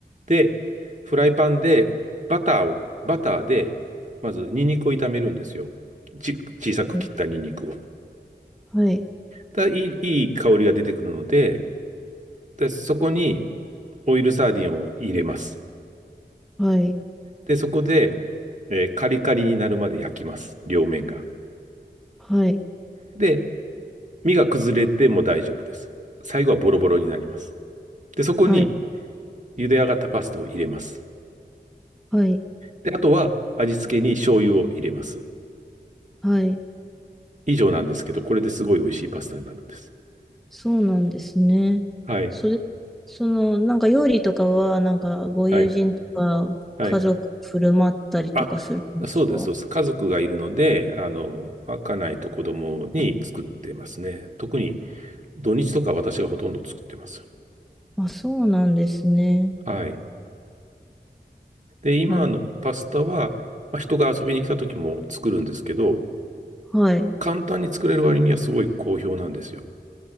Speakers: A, on the right (about 45°); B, in the centre.
A: で、フライパンでバターを、バターで、まずニンニクを炒めるんですよ。ち、小さく切ったニンニクを。
B: はい。はい。
A: ただいい、いい香りが出てくるので、で、そこに、オイルサーディンを入れます。
B: はい。
A: で、そこで、えーカリカリになるまで焼きます。両面が。
B: はい。
A: で、身が崩れても大丈夫です。最後はボロボロになります。で、そこに
B: はい。
A: 茹で上がったパスタを入れます。
B: はい。
A: で、あとは味付けに醤油を入れます。
B: はい。
A: 以上なんですけど、これですごい美味しいパスタになるんです。
B: そうなんですね。
A: はい、
B: それ、その、なんか料理とかは、なんかご友人とか家族振る舞ったりとかするんですか
A: はい、はい。あ、そうです、そうです。家族がいるので、あの、家内と子供に作ってますね。特に土日とか私がほとんど作ってます。
B: あ、そうなんですね。
A: はい。で、今のパスタは、
B: なる、
A: まあ、人が遊びに来た時も作るんですけど、
B: はい。
A: 簡単に作れる割にはすごい好評なんですよ。